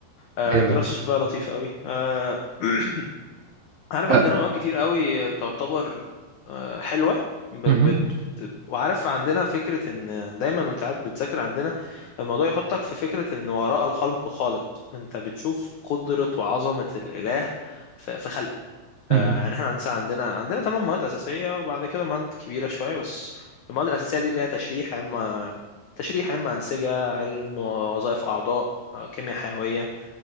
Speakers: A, on the left; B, on the right.
A: آه،
B: جامد
A: الدراسة شكلها لطيف قوي آه، <clears throat> عارف
B: أه.
A: عندنا مواد كتير قوي تعتبر آه، حلوة ب-
B: مهم.
A: بت بت وعارف عندنا فكرة ان دايما وانت قاعد بتذاكر عندنا الموضوع يحطك في فكرة ان وراء الخلق خالق انت بتشوف قدرة وعظمة الاله ف- في خلقه
B: مهم.
A: آه، يعني احنا عندنا عندنا عندنا تمن مواد اساسية وبعد كده مواد كبيرة شوية بس المواد الاساسية دي اللي هي تشريح علم تشريح علم انسجة علم وظائف اعضاء آه، كيمياء حيوية